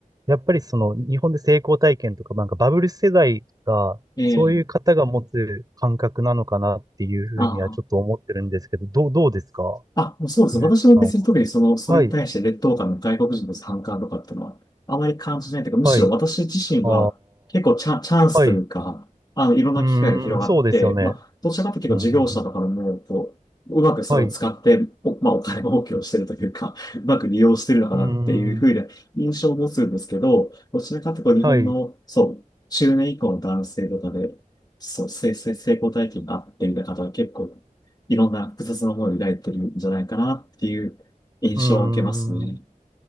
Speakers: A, on the right; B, on the left.
A: やっぱりその日本で成功体験とか、なんかバブル世代が、
B: ええ
A: そういう方が持つ感覚なのかなっていうふうにはちょっと思ってるんですけど、
B: ああー。
A: どう、どうですか
B: あ、もうそうです。
A: ゆうきさんは。
B: 私も別に特にその、それに対して劣等感の外国人の反感とかっていうのは、
A: はい、
B: あまり感じないというか、むしろ私自身は結構チャン、
A: はい、ああ、
B: チャンスというか、
A: はい。
B: あの、いろんな機会が広がって、
A: うーん、そうですよね。
B: まあ、どちらかというと結構事業者とかでも、
A: うん、うん、うん。
B: こう、うまくそれを使って、
A: はい。う
B: お、まあ、お金儲けをしてるというか、うまく利用してるのかなっていうふうな印象を持つんですけど、
A: ーん、
B: どちらかというと日本の、
A: はい。う
B: そう、中年以降の男性とかで、そう、成成成功体験があってみたいな方が結構いろんな複雑な思いを抱いてるんじゃないかなっていう印象を受けますね。
A: ーん、